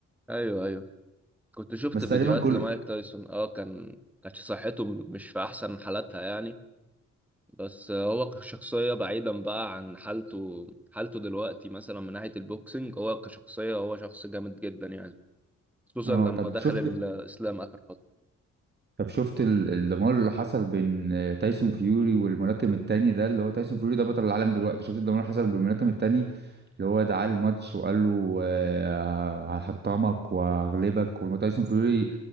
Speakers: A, in the centre; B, on the right.
A: ايوه ايوه كنت شفت
B: بس
A: فيديوهات
B: تقريبا كل
A: لمايك تايسون اه كان كانت صحته مش في احسن حالاتها يعني بس هو كشخصية بعيدا بقى عن حالته حالته دلوقتي مثلا من ناحية البوكسنج هو كشخصية هو شخص جامد جدا يعني خصوصا
B: اه
A: لما
B: طب
A: دخل
B: شفت
A: الإسلام آخر فترة
B: طب شفت ال- الدمار اللي حصل بين آه، تايسون فيوري والملاكم التاني ده اللي هو تايسون فيوري ده بطل العالم دلوقتي شفت الدمار اللي حصل بالملاكم التاني اللي هو دعاه الماتش وقال له آه، هحطمك وهغلبك والتايسون فيوري